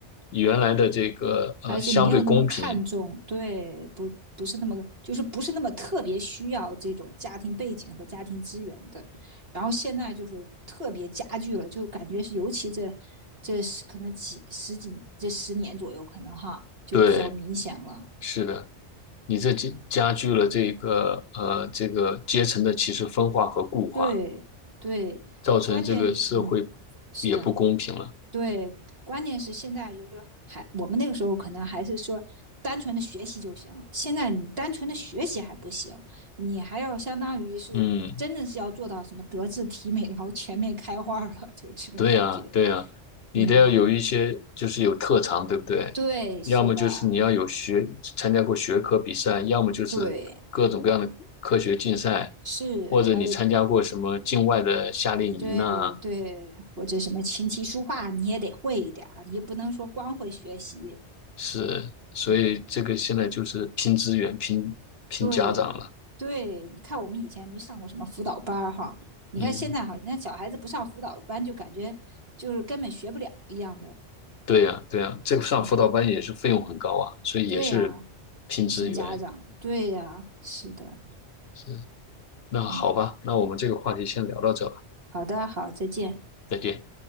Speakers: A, on the left; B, on the right.
A: 原来的这个呃相对公平，
B: 还是没有那么看重，对，不不是那么，就是不是那么特别需要这种家庭背景和家庭资源的。然后现在就是特别加剧了，就感觉是尤其这这可能几十几这十年左右，可能哈就比较明显了。
A: 对，是的，你这加加剧了这个呃这个阶层的其实分化和固化，
B: 对对，
A: 造成这个社会
B: 关键是嗯，是的，
A: 也不公平了，
B: 对，关键是现在就是说还我们那个时候可能还是说单纯的学习就行了，现在你单纯的学习还不行，你还要相当于是真的是要做到什么德智体美劳全面开花了，
A: 嗯。
B: 就这种感觉。
A: 对呀，对呀，你得要有一些，
B: 嗯，
A: 就是有特长，对不对？
B: 对，是的，
A: 要么就是你要有学，参加过学科比赛，要么就是各种各样的科学竞赛，
B: 对，是，
A: 或者你参加过什么境外的夏令营呐，
B: 还有对对，或者什么琴棋书画你也得会一点儿，你也不能说光会学习。
A: 是，所以这个现在就是拼资源、
B: 嗯，
A: 拼拼家长了。
B: 对对，你看我们以前没上过什么辅导班儿哈，你看现在好像小孩子不上辅导班，
A: 嗯，
B: 就感觉就是根本学不了一样的。
A: 对呀，对呀，这个上辅导班也是费用很高啊，
B: 嗯，
A: 所以也是
B: 对呀，
A: 拼资源。
B: 拼家长，对呀，是的，
A: 是，那好吧，
B: 嗯，
A: 那我们这个话题先聊到这吧，
B: 好的，好，再见。
A: 再见。